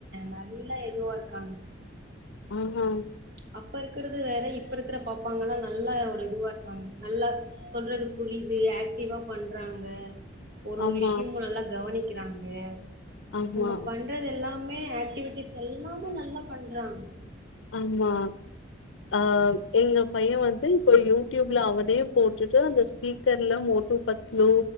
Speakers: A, on the right; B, on the left.
A: நல்லா இதுவா இருக்காங்க
B: ஆஹ் ஹா
A: அப்ப இருக்குறது வேற இப்ப இருக்கு ற பாப்பாங்கலா நல்லா ஒரு இதுவா இருக்காங்க நல்லா சொல்றது புரிது ஆக்டிவா பண்றாங்க ஒரு ஒரு
B: ஆமா
A: விஷ்யமு நல்லா கவனிக்க றாங்க
B: ஆமா
A: அவுங்க
B: ஆமா
A: பண்றதெல்லா மே ஆக்டிவிட்டிஸ் எல்லாமே நல்லா பண்றாங்க
B: ஆமா ஆஹ் எங்க பையே வந்து இப்ப யூடியூப்ல அவனே போட்டுட்டு அந்த ஸ்பீக்கர்ல மோட்டு பத்லு